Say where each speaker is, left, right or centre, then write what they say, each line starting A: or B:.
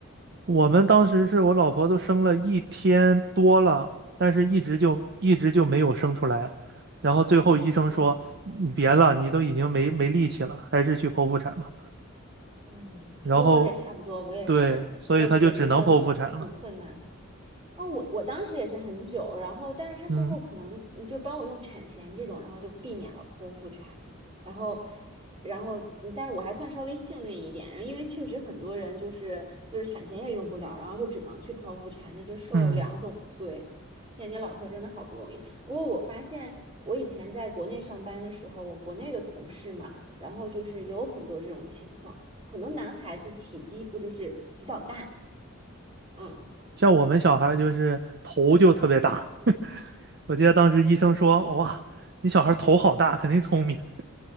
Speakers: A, on the right; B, on the right.
A: 我们当时是我老婆都生了一天多了，但是一直就一直就没有生出来，然后最后医生说你别了，
B: <laughs> 来嗯，
A: 你都已经没没力气了，还是去剖腹产吧。
B: 嗯，
A: 然后
B: 跟我也差不多，我也是，
A: 对，所以她就只能剖腹产了。
B: 我也是，就是很困难。哦，我我当时也是很久，然后但是他最后可能嗯就帮我用产前这种，
A: 嗯，
B: 然后就避免了剖腹产，然后然后嗯但是我还算稍微幸运一点，然后因为确实很多人就是就是产前也用不了，然后就只能去剖腹产，那就受了两种罪。
A: 嗯，
B: 天，你老婆真的好不容易。不过我发现我以前在国内上班的时候，我国内的同事嘛，然后就是有很多这种情况，可能男孩子体积不就是比较大。嗯。
A: 像我们小孩儿就是头就特别大，我记得当时医生说，哇，你小孩儿头好大，肯定聪明。